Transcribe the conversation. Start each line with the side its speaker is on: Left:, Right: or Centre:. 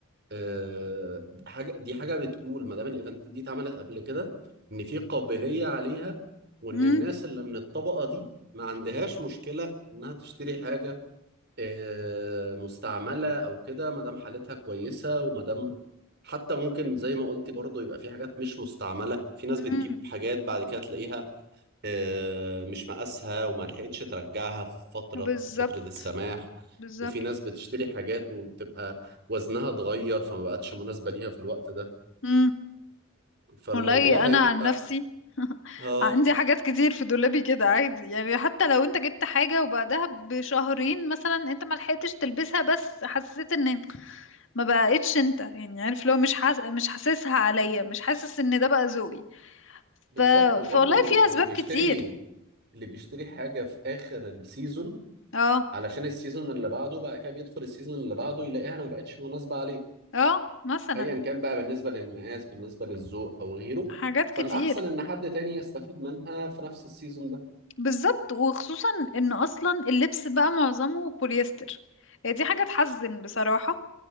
Right: آه، حاجه دي حاجه بتقول ما دام الايفنتات دي اتعملت قبل كده ان في قابليه عليها وان
Left: امم
Right: الناس اللي من الطبقه دي ما عندهاش مشكله انها تشتري حاجه آه، مستعملة أو كده ما دام حالتها كويسة وما دام حتى ممكن زي ما قلتي برضو يبقى في حاجات مش مستعملة في ناس بتجيب
Left: امم،
Right: حاجات بعد كده تلاقيها آه، مش مقاسها وما لحقتش ترجعها في فترة
Left: بالظبط
Right: فترة السماح
Left: بالظبط
Right: وفي ناس بتشتري حاجات وبتبقى وزنها اتغير فما بقتش مناسبة ليها في الوقت ده
Left: امم.
Right: فالموضوع
Left: والله انا
Right: هيبقى
Left: عن نفسي <laughs>
Right: اه
Left: عندي حاجات كتير في دولابي كده عادي يعني حتى لو انت جبت حاجة وبعدها بشهرين مثلا انت ما لحقتش تلبسها بس حسيت ان ما بقتش انت يعني عارف لو مش حاس... مش حاسسها عليا مش حاسس ان ده بقى ذوقي
Right: بالظبط
Left: ف...
Right: وبرضو
Left: فوالله في
Right: اللي
Left: اسباب
Right: بيشتري
Left: كتير
Right: اللي بيشتري حاجة في آخر السيزون
Left: اه
Right: علشان السيزون اللي بعده بقى كده بيدخل السيزون اللي بعده يلاقيها ما بقتش مناسبة عليه
Left: اه مثلا
Right: ايا كان بقى بالنسبة للمقاس بالنسبة للذوق او غيره
Left: حاجات كتير
Right: فالاحسن ان حد تاني يستفيد منها في نفس السيزون ده
Left: بالظبط وخصوصا ان اصلا اللبس بقى معظمه بوليستر هي دي حاجة تحزن بصراحة